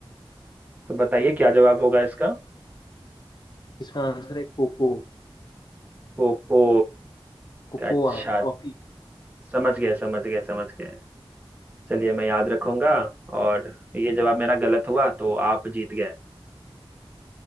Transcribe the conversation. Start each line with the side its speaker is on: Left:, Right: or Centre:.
Right: तो बताइए क्या जवाब होगा इसका
Left: इसका आंसर है कोको
Right: कोको
Left: कोकोआ
Right: अच्छा
Left: कॉफी
Right: समझ गए समझ गए समझ गए चलिए मैं याद रखूंगा और ये जवाब मेरा गलत हुआ तो आप जीत गए